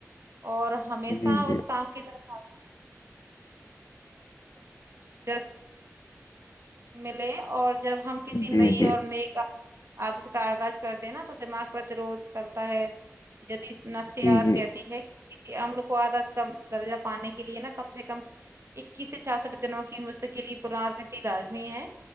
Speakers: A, on the right; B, on the left.
A: اور ہمیشہ
B: جی جی
A: اس کام کی طرف <unintelligible> ملے اور جب ہم کسی
B: جی
A: نئی
B: جی
A: اور نئے کا آپ کاغذ کرتے ہیں نا تو دماغ پر ترود کرتا ہے جدید نفسیات
B: جی جی
A: کہتی ہے کسی عمل کو عادت کم درجہ پانے کے لیے نا کم سے کم اکیس سے چھاسٹھ دنوں کی مفت کے لی پرارنتی لازمی ہے